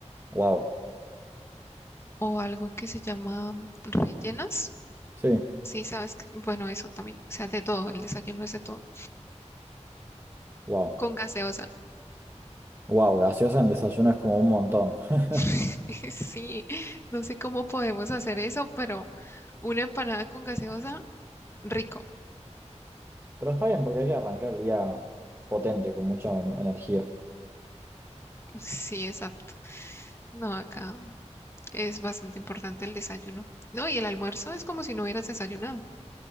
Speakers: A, on the right (about 20°); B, on the left (about 20°).
A: wow,
B: o algo que se llama mm, rellenas.
A: sí,
B: Sí, sabes que, bueno, eso también, o sea, de todo, el desayuno es de todo,
A: wow,
B: con gaseosa.
A: wow, gaseosa en el desayuno es como un montón. <laughs>
B: <laughs> Sí, no sé cómo podemos hacer eso, pero una empanada con gaseosa, rico.
A: Pero está bien porque hay que arrancar el día potente, con mucha em- energía.
B: Sí, exacto. No, acá es bastante importante el desayuno. No, y el almuerzo es como si no hubieras desayunado.